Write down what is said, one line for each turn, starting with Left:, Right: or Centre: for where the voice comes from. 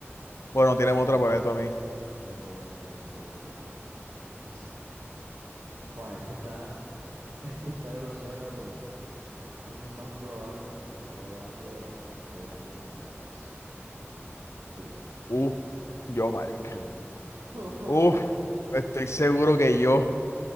Left: Bueno, tienen
Right: A ver,
Left: otra
Right: yo tengo,
Left: para ver tú a mí.
Right: tengo una, tengo una, tengo una, tengo una. Que sí. Juan, esta está, <laughs> esta está grosera, pero ¿quién es más probable que robe algo de, la, de una fiesta en una casa? Tú,
Left: Uf, yo, marica.
Right: tú. <laughs>
Left: Uf, estoy seguro que yo.